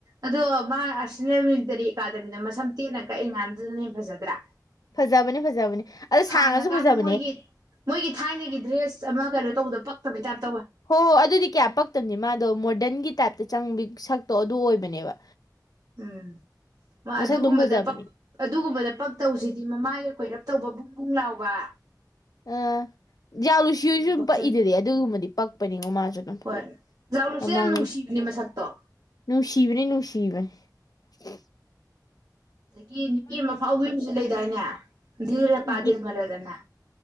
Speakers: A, on the right (about 55°); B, on the left (about 60°).
A: ꯑꯗꯣ ꯃꯥ ꯑꯁꯅꯦꯜ ꯃꯤꯂꯤꯇꯔꯤ ꯑꯦꯀꯥꯗꯃꯤꯅ ꯃꯁꯝ ꯇꯦꯠꯅ ꯀꯛꯏꯀꯥꯟꯗꯨꯗꯅ ꯍꯦ ꯐꯖꯗ꯭ꯔꯥ
B: ꯐꯖꯕꯅꯦ ꯐꯖꯕꯅꯦ ꯑꯗꯣ
A: ꯁꯥꯡꯉꯀꯥꯟꯗ
B: ꯁꯥꯡꯉꯁꯨ ꯐꯖꯕꯅꯦ
A: ꯃꯣꯏꯒꯤ ꯃꯣꯏꯒꯤ ꯊꯥꯏꯅꯒꯤ ꯗ꯭ꯔꯦꯁ ꯑꯃ ꯀꯩꯅꯣ ꯇꯧꯕꯗ ꯄꯛꯇꯕ ꯍꯥꯏꯇꯥꯔꯦ
B: ꯍꯣ ꯍꯣ ꯑꯗꯨꯗꯤ ꯀꯌꯥ ꯄꯛꯇꯕꯅꯤ ꯃꯥꯗꯣ ꯃꯣꯗꯔꯟꯒꯤ ꯇꯥꯏꯞ ꯆꯡꯕ ꯁꯛꯇꯣ ꯑꯗꯨ ꯑꯣꯏꯕꯅꯦꯕ
A: ꯎꯝ ꯃꯥ
B: ꯃꯁꯛ
A: ꯑꯗꯨꯒꯨꯝꯕꯗ
B: ꯑꯗꯨꯝ ꯐꯖꯕꯅꯦ
A: ꯄꯛ ꯑꯗꯨꯒꯨꯝꯕꯗ ꯄꯛ ꯇꯧꯁꯤꯗꯤ ꯃꯃꯥꯏꯒ ꯀꯣꯏꯔꯞ ꯇꯧꯕ ꯄꯨꯡ ꯄꯨꯡ ꯂꯥꯎ ꯋꯥ
B: ꯎꯝ ꯌꯥ ꯂꯨꯁꯤꯨꯁꯨ ꯑꯗꯨꯝ
A: ꯄꯛꯆꯅꯤ
B: ꯄꯛꯏꯗꯗꯤ ꯑꯗꯨꯒꯨꯝꯕꯗꯤ ꯄꯛꯄꯅꯤ ꯉꯃꯁꯨ ꯑꯗꯨꯝ
A: ꯍꯣꯏ ꯖꯥꯛꯂꯨꯛꯁꯦ
B: ꯃꯃꯥꯡꯉꯩ
A: ꯌꯥꯝ ꯅꯨꯡꯁꯤꯕꯅꯦ ꯃꯁꯛꯇꯣ
B: ꯅꯨꯡꯁꯤꯕꯅꯤ ꯅꯨꯡꯁꯤꯕꯅꯤ ꯎꯝ
A: ꯑꯗꯒꯤ ꯅꯨꯄꯤ ꯑꯃ ꯐꯥꯎꯕꯤ ꯑꯃꯁꯁꯨ ꯂꯩꯗꯥꯏꯅꯦ ꯙꯤꯔ ꯄꯗꯤꯜ
B: ꯒꯤ
A: ꯃꯔꯗꯅ